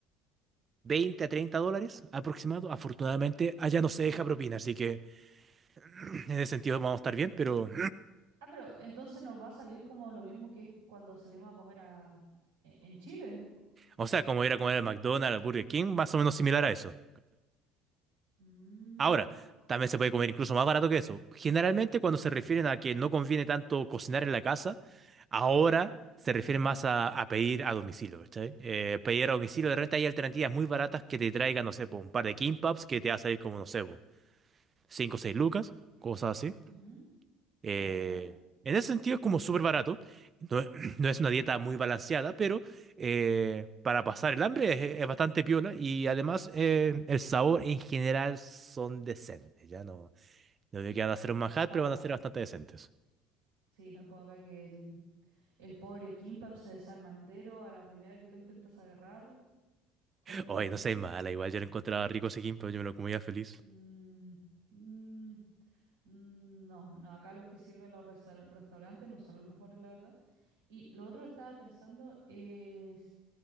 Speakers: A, on the right; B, on the right.
A: 20 a 30 dólares aproximado. Afortunadamente, allá no se deja propina, así que <clears throat> en ese sentido vamos a estar bien, pero,
B: Ah, pero entonces nos va a salir como lo mismo que es cuando salimos a comer a, e- en Chile.
A: o sea, como ir a comer al McDonald's, al Burger King, más o menos similar a eso,
B: Mm,
A: Ahora, también se puede comer incluso más barato que eso. Generalmente cuando se refieren a que no conviene tanto cocinar en la casa, ahora
B: ujú,
A: se refieren más a, a pedir a domicilio, ¿cachai? Eh, pedir a domicilio, de repente hay alternativas muy baratas que te traigan, no sé, po, un par de kimbaps que te va a salir como, no sé, 5, o 6 lucas, cosas así.
B: ujú,
A: Eh,
B: Ya, ya.
A: en ese sentido es como súper barato. No, es <clears throat> no es una dieta muy balanceada, pero eh, para pasar el hambre es, es bastante piola y además eh, el sabor en general son decentes, ya no. No digo que van a hacer un manjar,
B: Como
A: pero
B: acá.
A: van a ser bastante decentes.
B: Sí, no es como acá que el, el pobre Kimbap se desarma entero a la primera que lo intentas agarrar con los palitos.
A: Oye, no sé, mala. Igual yo lo encontraba rico ese gimpo, yo me lo comía feliz.
B: Mm, mm, mm, no, no, acá los que sirven los resta- restaurantes no son los mejores, la verdad. Y lo otro que estaba pensando es,